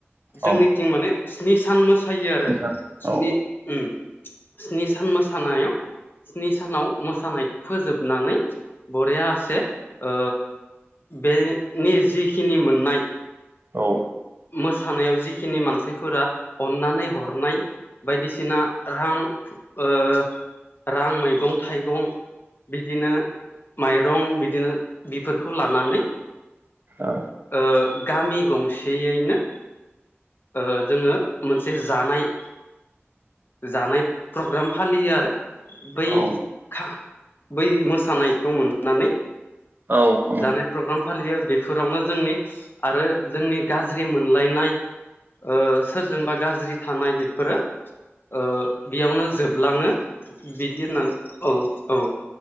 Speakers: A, on the left; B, on the right.
A: जोंनिथिं
B: औ
A: माने स्नि सान मोसायो आरो
B: इसान
A: स्नि
B: औ
A: उम सान मोसानायाव स्नि सानाव मोसानायखौ फोजोबनानै बरेयासे ओ बेनि जिखिनि मोननाय
B: औ
A: मो सानायाव जिखिनि मानसिफोरा अन्नानै हरनाय बायदिसिना रां ओ रां मैगं थाइगं बिदिनो माइरं बिदिनो बिफोरखौ लानानै
B: औ
A: ओ गामि गंसेयैनो ओ जोङो मोनसे जानाय जानाय प्रग्राम फालियो आरो। बै
B: औ
A: खा बै मोसानायखौ मोननानै
B: औ औ
A: जानाय प्रग्राम फालियो बेफोरावनो जोंनि आरो जोंनि गाज्रि मोनलायनाय ओ सोरजोंबा गाज्रि थानाय बेफोरो ओ बेयावनो जोब लाङो बिदि होननानै औ औ